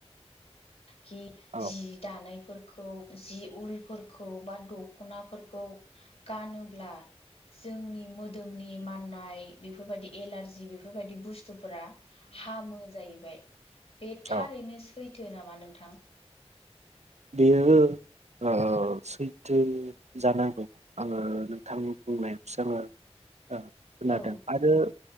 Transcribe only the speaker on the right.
औ
औ
बेयो ओ अ सैथो जानांगौ आङो नोंथांनि बुंनायावसो आङो आ खोनादों।
आरो